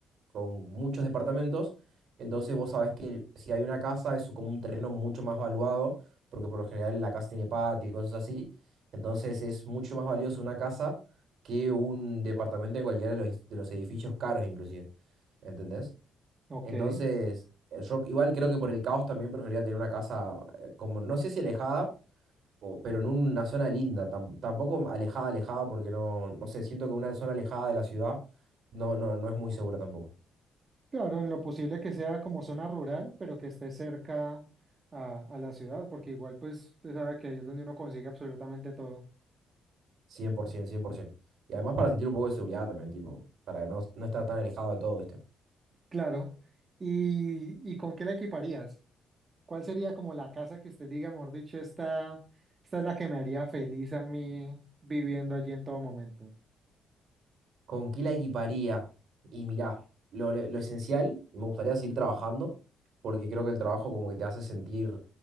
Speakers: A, on the right (about 65°); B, on the right (about 35°).
A: con muchos departamentos. Entonces vos sabés que si hay una casa, es como un terreno mucho más valuado, porque por lo general la casa tiene patio y cosas así. Entonces es mucho más valioso una casa que un departamento en cualquiera de los, de los edificios caros inclusive, ¿entendés?
B: Ok.
A: Entonces, eh, yo igual creo que por el caos también preferiría tener una casa eh, como, no sé si alejada, o- pero en una zona linda, tam- tampoco alejada, alejada, porque no, no sé, siento que una zona alejada de la ciudad no, no, no es muy segura tampoco.
B: Claro, en lo posible que sea como zona rural, pero que esté cerca a, a la ciudad, porque igual pues usted sabe que ahí es donde uno consigue absolutamente todo.
A: cien cien por ciento, cien por 100%. Y además para sentir un poco de seguridad también, tipo, para no, no estar tan alejado de todo, ¿viste?
B: Claro. ¿Y, y con qué la equiparías? ¿Cuál sería como la casa que usted diga, mejor dicho, esta, esta es la que me haría feliz a mí viviendo allí en todo momento?
A: ¿Con qué la equiparía? Y mirá, lo, lo esencial, me gustaría seguir trabajando, porque creo que el trabajo como que te hace sentir